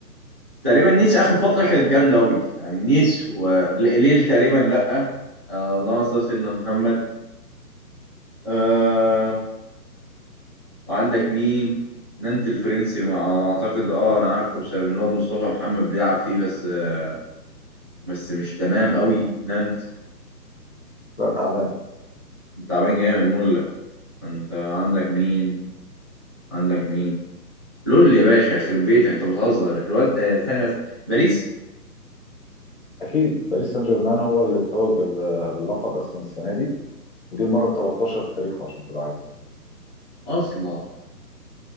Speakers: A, on the right; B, on the left.
A: تقريبا نيس اخر فتره كانت جامده قوي يعني نيس وليل تقريبا لا آه اللهم صل على سيدنا محمد آه وعندك مين نانت الفرنسي ما اعتقد اه انا عارفه بسبب ان الواد مصطفى محمد بيلعب فيه بس آه بس مش تمام قوي
B: مهم.
A: نانت
B: بقى تعبان
A: تعبان جامد مله انت عندك مين عندك مين لول يا باشا يخرب بيتك انت بتهزر الواد آه ثانيه بس باريس
B: اكيد باريس سان جيرمان هو اللي اتوج بال... باللقب اصلا السنه دي ودي المره ال 13 في تاريخه عشان تبقى عارف
A: اصلا